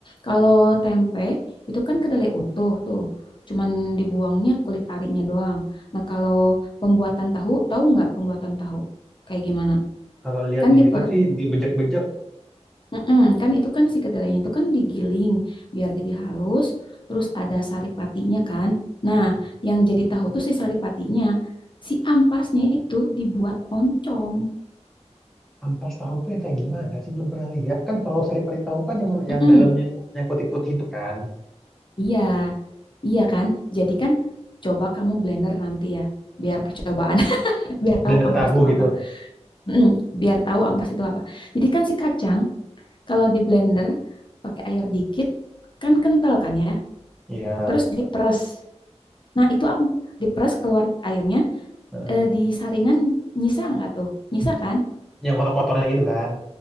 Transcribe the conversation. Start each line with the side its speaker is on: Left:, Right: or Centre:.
Left: Kalau tempe itu kan kedelai utuh tuh. Cuman dibuangnya kulit arinya doang. Nah, kalau pembuatan tahu, tahu nggak pembuatan tahu? Kayak gimana?
Centre: Kalau lihat
Left: Kan
Centre: di
Left: diper,
Centre: YouTube sih dibejek-bejek.
Left: Mm-mm, kan itu kan si kedelainya itu kan digiling biar jadi halus, terus ada saripatinya kan. Nah,
Centre: Mm.
Left: yang jadi tahu tuh si saripatinya, si ampasnya itu dibuat oncom.
Centre: Ampas tahu tuh yang kayak gimana sih belum pernah lihat kan kalau sari-sari tahu kan yang yang
Left: Mm-mm,
Centre: dalamnya itu yang putih-putih itu kan
Left: iya, iya kan. Jadi kan coba kamu blender nanti ya, biar percobaan, <laughs> biar tahu
Centre: dendeng
Left: ampas
Centre: tahu
Left: itu
Centre: gitu.
Left: apa. Mm-mm, biar tahu ampas itu apa. Jadi kan si kacang kalau di blender pakai air dikit, kan kental kan ya.
Centre: Iya.
Left: Terus diperes. Nah, itu am- diperes keluar airnya
Centre: Heeh.
Left: eh, di saringan nyisa nggak tuh? Nyisa kan?
Centre: Yang kotor-kotornya gitu kan.